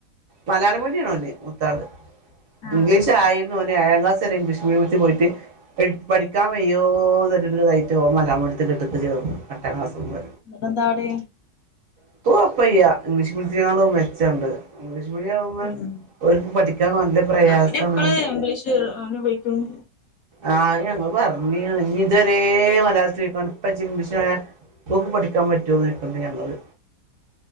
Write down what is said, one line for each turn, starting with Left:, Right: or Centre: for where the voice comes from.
Right: മലയാളം മീഡിയാണ് ഓന് മൂത്താള്
Left: ആഹ്
Right: ഇംഗ്ലീഷായിര് ഓനേഴാം ക്ലാസ് വരെ ഇംഗ്ലീഷ് മീഡിയത്തി പോയിട്ട് എട് പഠിക്കാൻ വയ്യോന്നറഞ്ഞിട്ട് <unintelligible> ഓൻ മലയാളം മീഡിയത്തിൽ എട്ട്ക്ക് ചേർന്നു എട്ടാം ക്ലാസ്സ്ന്ന്
Left: എന്നിട്ടെന്താ പാട്?
Right: ഇപ്പൊ കൊഴപ്പയ്യ ഇംഗ്ലീഷ് മീഡിയത്തിനേക്കാളും മെച്ചണ്ട് ഇംഗ്ലീഷ് മീഡിയാവുമ്പെ
Left: ഉം
Right: ഓര്ക്ക് പഠിക്കാൻ നല്ല പ്രയാസാണ്
Left: അഫിന് എപ്പള് ഇംഗ്ലീഷ് ഓന് ഉപയോഗിക്കും
Right: ആഹ് അത് ഞങ്ങള് പറഞ്ഞ് <unintelligible> ഇഞ്ഞ് ഇതുവരേ മലയാളത്തിലിരിന്നാണ്ട് ഇപ്പജ്ജ് ഇംഗ്ലീഷിലായ ഓക്ക് പഠിക്കാൻ പറ്റ് റ്റോന്നോയ്ക്ക്ണ്ട് ഞങ്ങള്